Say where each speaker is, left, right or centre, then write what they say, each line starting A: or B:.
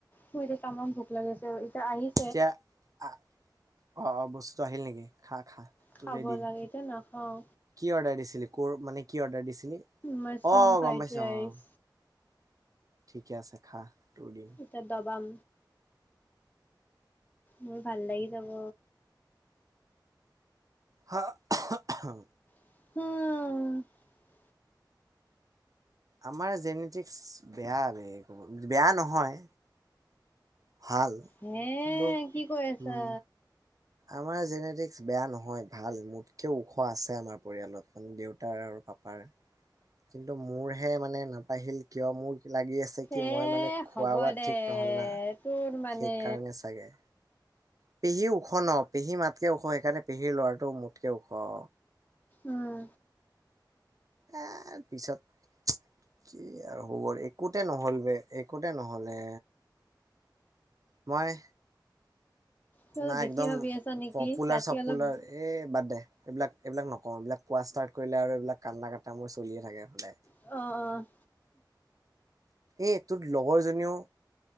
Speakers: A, on the left (about 25°); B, on the right (about 50°).
A: মোৰ এতিয়া টামাম ভোক লাগিছে অ' এতিয়া আহি
B: এতিয়া আহ, অ' অ' বস্তুটো আহিল নেকি খা খা।
A: খাব
B: তোৰে দিন
A: লাগে এতিয়া নাখাওঁ।
B: কি অৰ্ডাৰ দিছিলি কৰ মানে কি অৰ্ডাৰ দিছিলি
A: মাছৰুম
B: অ'
A: ফ্ৰাইড
B: গম পাইছোঁ
A: ৰাইচ
B: অ'। ঠিকে আছে খা তোৰ দিন।
A: এতিয়া ডবাম। মোৰ ভাল লাগি যাব।
B: হা' আহা আহা।
A: <unintelligible>
B: আমাৰ জেনেটিক্স বেয়া বে কব বেয়া নহয়। ভাল
A: হে'
B: কিন্তু
A: কি কৈ আছা?
B: উম। আমাৰ জেনেটিক্স বেয়া নহয় ভাল, মোতকেও ওখ আছে আমাৰ পৰিয়ালত মানে দেউ তাৰ আৰু পাপাৰ কিন্তু মোৰহে মানে নাপাহিল কিয় মোৰ লাগি আছে কি
A: এ
B: মই মানে
A: হ'ব
B: খোৱা বোৱাত
A: দে
B: ঠিক নহ'ল না
A: তোৰ মানে
B: সেইকাৰণে চাগে। পেহী ওখ ন' পেহী মাতকে ওখ সেইকাৰণে পেহীৰ ল'ৰাটো মোতকে ওখ।
A: উম
B: হা পিছত <unintelligible> কি আৰু খবৰ একোতে নহ'ল বে একোতে নহ'লে। মই
A: তই
B: না
A: বেছি
B: একদম
A: ভাবি আছা নেকি
B: পপুলাৰ
A: ৰাতি
B: চপুলাৰ
A: অলপ
B: এই বাদ দে। এইবিলাক এইবিলাক নকওঁ এইবিলাক কোৱা ষ্টাৰ্ট কৰিলে আৰু এইবিলাক কান্দ কাটা মোৰ চলিয়ে থাকে সদায়।
A: অ' অ'।
B: এই তোৰ লগৰজনীও